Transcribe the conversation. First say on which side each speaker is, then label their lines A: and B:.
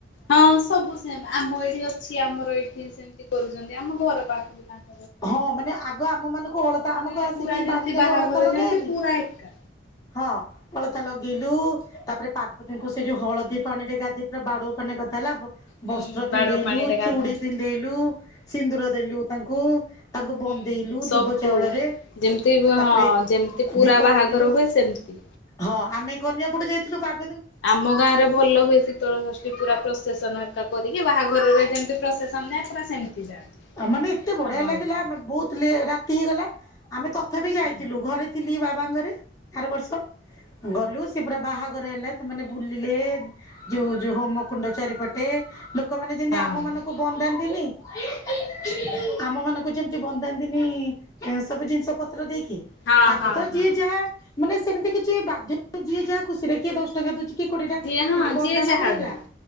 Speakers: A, on the left (about 75°); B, on the left (about 20°).
A: ହଁ ସବୁ ସେମ ଆମ ଏଇଠି ଅଛି ଆମର ଏଇଠି ସେମତି କରୁଛନ୍ତି ଆମ ଘର ପାଖରେ ତାଙ୍କ
B: ହଁ ମାନେ ଆଗ ଆମ ମାନଙ୍କୁ ଅଳତା
A: ମାନେ
B: ଆମକୁ ଆସିକି
A: ପୁରା ଯେମିତି
B: ବାରିକଣ
A: ବାହାଘର
B: ଅଳତା ଲଗାଏନି
A: ଯେମିତି ପୁରା ଏକା।
B: ହଁ ଅଳ ଲଗେଇଲୁ ତାପରେ ପାର୍ବତୀଙ୍କୁ ସେ ଯୋଉ ହଳଦୀ ପାଣି ରେ ଗାଧ ପୁରା ବାଡୁ ପାଣିରେ ଗାଧା ହେଲା।
A: ହୁଁ
B: ବସ୍ତ୍ର
A: ବାଡୁଅ
B: ପିନ୍ଧେଇଲୁ
A: ପାଣିରେ ଗାଧାନ୍ତି।
B: ଚୁଡି ପିନ୍ଧେଇଲୁ ସିନ୍ଦୁର ଦେଲ ତାଙ୍କୁ ତାଙ୍କୁ ବନ୍ଦେଇଲୁ
A: ହୁଁ ସବୁ
B: ଧୁବ ଚାଉଳରେ
A: ଯେମିତି ହଁ
B: ତାପରେ
A: ଯେମିତି ପୁରା
B: ଦୀପ
A: ବାହାଘର
B: ବନ୍ଦେଇଲୁ
A: ହୁଏ ସେମିତି।
B: ହଁ ଆମେ କନ୍ୟା ପଟୁ ଯା <unintelligible>
A: ଆମ ଗାଁ ରେ ଭଲ ହୁଏ ଶୀତଳ ଷଷ୍ଠୀ ପୁରା ପ୍ରସେସନ ହେରିକା କରିକି ବାହାଘରରେ ଯେମିତି ପ୍ରସେସନ ଯାଏଁ ସେମିତି ଯାଆନ୍ତି
B: ଆ ମାନେ ଏତେ ବଢିଆ
A: ଆମ
B: ଲାଗିଲା
A: ଏଠି
B: ଆମେ ବହୁତ ଲେ ରାତି ହେଇଗଲା। ଆମେ ତ ତଥାପି ବିି ଯାଇଥିଲୁ
A: ହୁଁ।
B: ଘରେ ଥିଲି ବା <unintelligible> ରେ ଆର ବର୍ଷ ଗଲୁ ସେ ପୁରା ବାହାଘର ହେଲେମାନେ ବୁଲିଲେ। ଯୋଉ ଯୋଉ ହୋମ କୁଣ୍ଡ ଚାରିପଟେ ଲୋକମାନେ ଯେମିତି
A: ହଁ।
B: ଆମ ମାନଙ୍କୁ ବନ୍ଦାନ୍ତିନି ହଁ।
A: ହୁଁ
B: ଆମ ମାନଙ୍କୁ ଯେମତି ବନ୍ଦାନ୍ତିନି ସବୁ ଜିନିଷ ପତ୍ର ଦେଇକି?
A: ହଁ
B: ତାକୁ
A: ହଁ
B: ତ ଯିଏ
A: ହଁ
B: ଯାହା ମାନେ ସେମିତି କିଛି ବାଧ୍ୟ ଯିଏ ଯାହା ଖୁସି ରେ କିଏ ଦଶ ଟଙ୍କା ଦଉଛି। କି କୋଡିଟା
A: ଯିଏ ହଁ
B: ଏତି ବନ୍ଦାଣ
A: ଯିଏ ଯାହା
B: ବି ହେଲା
A: ଦେଲା।